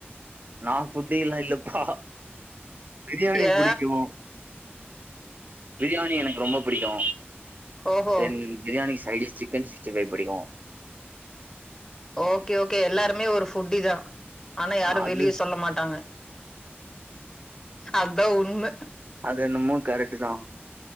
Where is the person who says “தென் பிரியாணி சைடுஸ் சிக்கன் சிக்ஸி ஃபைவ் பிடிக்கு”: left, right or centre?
Right